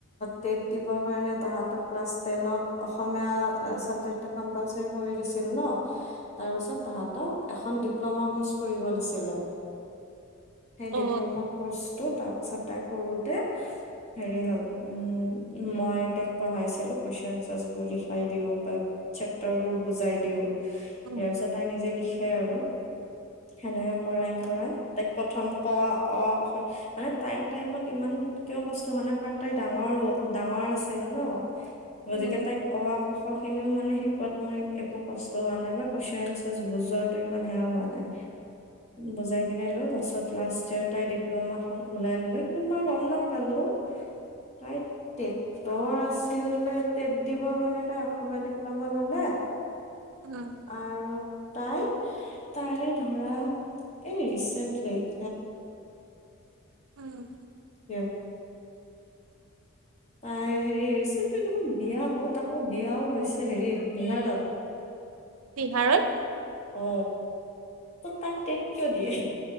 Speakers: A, on the left; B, on the right.
A: টেট দিব সেইকাৰণে তাহাঁতক ক্লাছ টেনত অসমীয়া চাবজেক্টটো কম্পালছৰি কৰি দিছিল ন। তাৰ পিছত তাহাঁতক এখন ডিপ ডিপ্ল'মা ক'ৰ্ছ কৰিব দিছিলে। সেই ডিপ্ল'মা
B: অ
A: ক'ৰ্ছটোত তাৰপিছত এটা কৰোতে হেৰি হ'ল উম। মই তাইক পঢ়াইছিলো। কুৱেছচন আনছাৰবোৰ লিখাই দিওঁ বা চেপটাৰবোৰ বুজাই দিওঁ।
B: উম
A: ইয়াৰ পিছত তাই নিজে লিখ হে আৰু সেনেকে কৰাই কৰাই তাইক প্ৰথম ক অ মানে তাইৰ টাইমত ইমান কিয় কষ্ট হ নাই কাৰণ তাই ডাঙৰ হ'ল ডাঙৰ আছিল ন। গতিকে
B: উম
A: তাইক অ পিছৰ খিনিও মানে শিকোৱাত মোৰ একো কষ্ট হোৱা নাই বা কুৱেশ্যন বুজোৱাতো ইমান সেৱ হোৱা নাই বুজাই কিনে ল তাৰ পাছত লাষ্ট ইয়েৰ তাই ডিপ্ল'মা খন ওলাই ললে কিন্তু মই গম নাপালো তাই <inaudible> টেটৰ আছিল নে টেট দিবৰ কাৰণে তাই অসমীয়া ডিপ্ল'মা ললে
B: উম
A: আৰু তাই তাৰে ধৰা এ ৰিচেন্ট লৈ <inaudible>
B: উম।
A: ক <unintelligible> <inaudible> তাই হেৰি ৰিচেণ্টলি দেখোন বিয়া হ'ল তাকো বিয়াও হৈছে হেৰিত বিহাৰত।
B: বিহাৰত?
A: অ। ত তাই টট কিয় দিয়ে